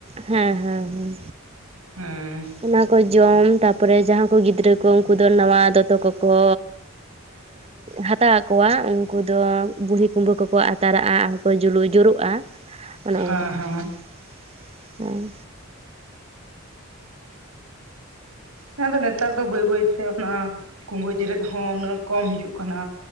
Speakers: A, on the right (about 25°); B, on the right (about 85°).
A: ᱦᱮᱸ ᱦᱮᱸ ᱦᱮᱸ᱾
B: ᱦᱮᱸ
A: ᱚᱱᱟ ᱠᱚ ᱡᱚᱢ ᱛᱟᱯᱚᱨᱮ ᱡᱟᱦᱟᱸ ᱠᱚ ᱜᱤᱫᱽᱨᱟᱹ ᱠᱚ ᱩᱱᱠᱩ ᱫᱚ ᱱᱟᱣᱟ ᱫᱚᱛᱚ ᱠᱚᱠᱚ ᱦᱟᱛᱟᱣ ᱟᱠᱚᱣᱟ ᱩᱱᱠᱩ ᱫᱚ ᱵᱩᱲᱦᱤ ᱠᱩᱢᱵᱟᱹ ᱠᱚᱠᱚ ᱟᱛᱟᱨᱟᱜᱼᱟ ᱟᱨᱠᱚ ᱡᱩᱞᱩᱜ ᱡᱩᱨᱩᱜᱼᱟ᱾ ᱚᱱᱮ
B: ᱦᱮᱸ
A: ᱚᱱᱠᱟ
B: ᱦᱮᱸ
A: ᱟᱨᱠᱤ ᱦᱮᱸ᱾
B: ᱦᱮᱸ ᱟᱫᱚ ᱱᱮᱛᱟᱨ ᱫᱚ ᱵᱟᱹᱭ ᱵᱟᱹᱭ ᱛᱮ ᱚᱱᱟ ᱠᱩᱢᱵᱟᱹ ᱡᱮᱨᱮᱫ ᱦᱚᱸ ᱩᱱᱟᱹᱜ ᱠᱚᱢ ᱦᱤᱡᱩᱜ ᱠᱟᱱᱟ᱾